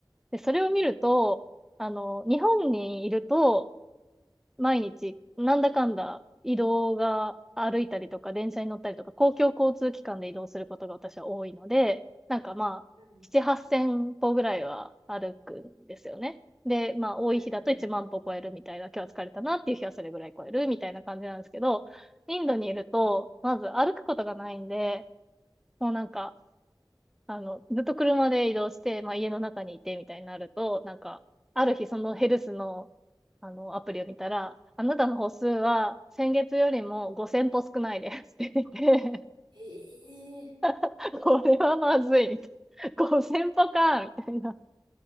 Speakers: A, in the centre; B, on the right (about 80°).
A: で、それを見ると、
B: うん、
A: あの、日本にいると、毎日、なんだかんだ移動が歩いたりとか、電車に乗ったりとか、公共交通機関で移動することが私は多いので、なんかまあ、7、
B: うん、
A: 8千歩ぐらいは歩くんですよね。で、まあ、多い日だと1万歩超えるみたいな、
B: うん、うん、
A: 今日は疲れたなっていう日はそれぐらい超えるみたいな感じなんですけど、インドにいると、
B: うん。
A: まず歩くことがないんで、もうなんか、あの、ずっと車で移動して、まあ、家の中にいてみたいになると、なんか、ある日そのヘルスの、あの、アプリを見たら、あなたの歩数は先月よりも5000歩少ないですって言ってて、
B: ええ
A: <laughs> これはまずいみたいな。5000歩かみたいな